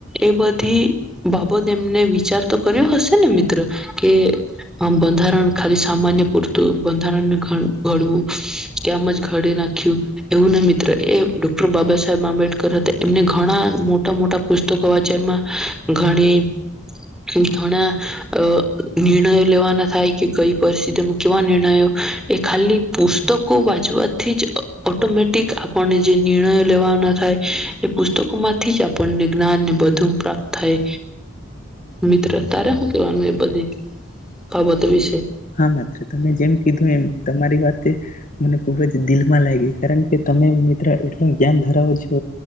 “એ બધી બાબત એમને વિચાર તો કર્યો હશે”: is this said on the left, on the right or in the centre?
Centre